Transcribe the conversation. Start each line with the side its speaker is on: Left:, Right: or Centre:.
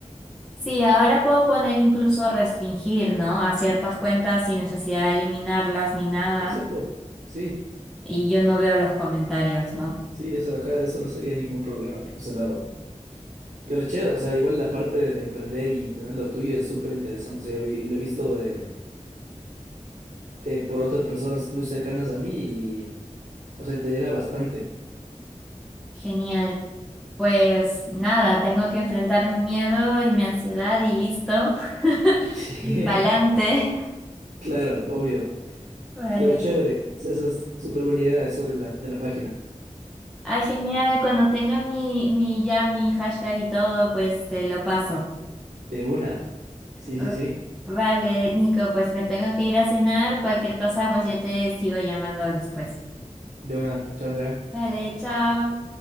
Centre: Sí, ahora puedo poner incluso restringir, ¿no? A ciertas cuentas sin necesidad de eliminarlas ni nada.
Right: Exacto, sí,
Centre: Y yo no veo los comentarios, ¿no?
Right: sí, eso, ajá, eso no sería ningún problema por ese lado. Pero chévere, o sea, igual la parte de, de emprender y tener lo tuyo es súper interesante. O sea, yo vi- lo he visto de, de- por otras personas muy cercanas a mí y, o sea, te llena bastante. <laughs>
Centre: Genial. Pues nada, tengo que enfrentar mi miedo y mi ansiedad y listo. <laughs>
Right: Sí,
Centre: Y pa'lante.
Right: claro, obvio.
Centre: Vale.
Right: Pero chévere, eso eso es súper buena idea, eso de la, de la página.
Centre: Ay, genial. Cuando tenga mi, mi ya mi hashtag y todo, pues te lo paso.
Right: De una. Sí,
Centre: Ah,
Right: sí, sí.
Centre: Vale, Nico, pues me tengo que ir a cenar. Cualquier cosa, pues yo te sigo llamando después.
Right: De una. Chao, Andrea.
Centre: Vale, chao.